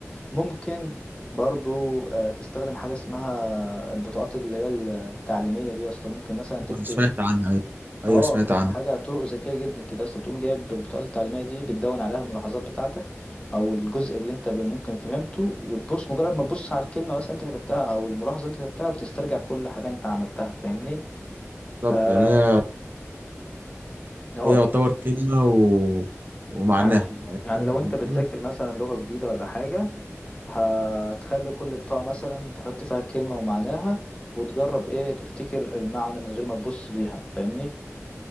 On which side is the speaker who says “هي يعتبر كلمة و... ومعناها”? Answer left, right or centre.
Right